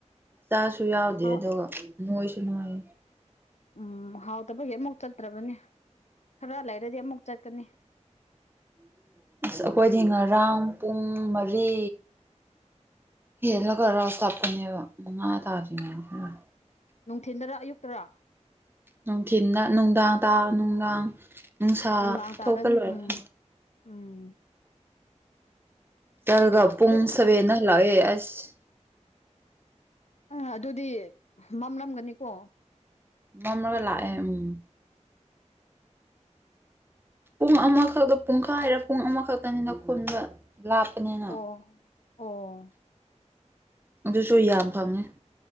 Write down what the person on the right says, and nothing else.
ꯃꯆꯥꯁꯨ ꯌꯥꯎꯗꯦ
ꯑꯗꯨꯒ ꯅꯣꯏꯁꯨ ꯅꯣꯏ꯫
<inaudible> ꯑꯁ ꯑꯈꯣꯏꯗꯤ ꯉꯔꯥꯡ ꯄꯨꯡ ꯃꯔꯤ ꯍꯦꯜꯂꯒꯔ ꯀꯞꯄꯅꯦꯕ ꯃꯉꯥ ꯇꯥꯗ꯭ꯔꯤꯉꯩꯗ꯫
ꯅꯨꯡꯊꯤꯟꯗ ꯅꯨꯡꯗꯥꯡ ꯇꯥ ꯅꯨꯡꯗꯥꯡ
ꯅꯨꯡꯁꯥ
ꯊꯣꯛꯄ ꯂꯣꯏꯔꯀꯥꯟ
ꯗꯜꯒ ꯄꯨꯡ
ꯁꯕꯦꯟꯗꯍꯜꯂꯛꯑꯦ ꯑꯁ
ꯃ‌ꯝꯔꯒ ꯂꯥꯛꯑꯦ ꯎꯝ
ꯄꯨꯡ ꯑꯃꯈꯛꯇ ꯄꯨꯡꯈꯥꯏꯔ ꯄꯨꯡ ꯑꯃꯈꯛꯇꯅꯤꯅ ꯈꯨꯟꯕ ꯂꯥꯞꯄꯅꯤꯅ꯫
ꯑꯗꯨꯁꯨ ꯌꯥꯝ ꯐꯪꯉꯦ꯫